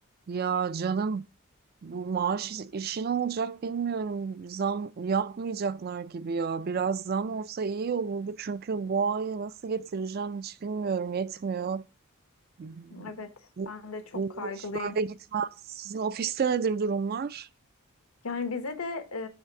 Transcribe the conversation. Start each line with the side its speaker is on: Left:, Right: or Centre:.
Right: Ya canım bu maaş işi ne olacak bilmiyorum. Zam yapmayacaklar gibi ya. Biraz zam olsa iyi olurdu çünkü bu ayı nasıl getireceğim hiç bilmiyorum. Yetmiyor. Bu,
Left: Evet,
Right: bu,
Left: ben de çok
Right: bu
Left: kaygılıyım.
Right: iş böyle gitmez. Sizin ofiste nedir durumlar?
Left: Yani bize de